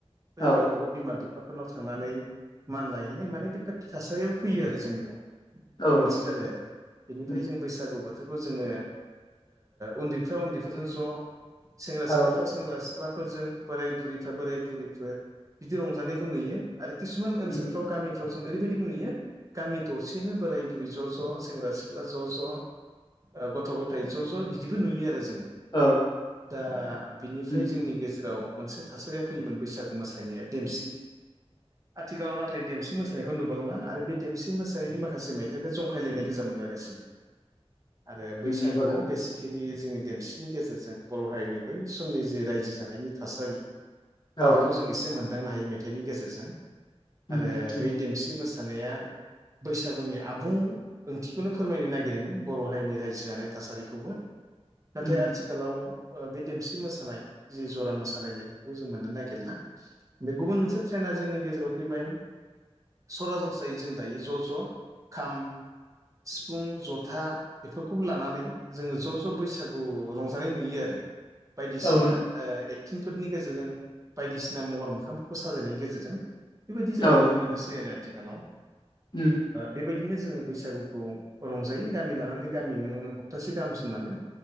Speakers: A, on the right; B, on the left.
A: बै
B: औ
A: गावबा गाव बिमा बिफाफोरनाव थांनानै मान लायहैनाय माने बेबायादि थासारियो फैयो आरो जोंनियाव। बे मोनसे
B: उम औ उम
A: जाबाय आरो। बेनिफ्राय
B: उम
A: जों बैसागु बोथोरखौ जोङो उन्दैफ्रा उन्दैफोरजों ज' सेंग्रा
B: औ
A: सिख्लाफ्रा सेंग्रा सिख्लाफोरजों बोराय बुरिफ्रा बोराय बुरैफोर बिदि रंजानायखौ नुयो आरो किसुमान
B: उम
A: ओनसोलफ्राव गामि जों ओैबायदि मोन नुयो गामि दसेनो बोराय बुरि ज' ज' सेंग्रा सिख्ला ज' ज' गथ' गथाय ज' ज' बिदिबो नुयो आरो जोङो।
B: औ
A: दा बिनिफ्राय
B: उम
A: जोंनि गेजेराव मोनसे थासारिया फैयोमोन बैसागु मोसानाया देमसि आथिखालाव नाथाय देमसि मोसा मोसानायखौ नुबांला आरो बे देमसि मोसानायनि माखासे मेथाइखौ जंखायलायनाय गोजाम मोनला गासिबो आरो बैसागुआव
B: नंगौ आदा
A: बेसे खिबि जोंनि देमसिनि गेजेरजों बर' हारिनि बै समनि जे रायजो जानायनि थासारि
B: औ
A: बेखौ जों एसे मोनदांनो हायो मेथाइनि गेजेरजों
B: उम
A: आरो
B: उम
A: बै देमसि मोसानाय बैसागुनि आबुं ओंथिखौनो फोरमायनो नागिरोमोन बर' हारिनि रायजो जानाय थासारिखौबो ना
B: उम
A: आथिखाल आथिखालाव बे देमसि मोसानाय जि जरा मोसालायनाय बेखौ जों मोननो नागिरला। बे गुबुन मोनसे ट्रेना जोंनि गेजेराव फैबाय सरासनस्रायै जों दायो ज' ज' खाम सिफुं जथा बेफोरखौ लानानै जोङो ज' ज' बैसागु रंजानाय नुयो आरो। बायदिसिना
B: औ
A: एक्टिंफोरनि गेजेरजों बायदिसिना महर मोखांफोरखौ साजायनायनि गेजेरजों बेबायदि जों
B: औ
A: नुनो मोनोसै आरो आथिखालाव
B: उम
A: बेबायदिनो जोङो बैसागुखौ रंजायो गामि लानानै गामि नों हप्तासे गाहामसिन लाङो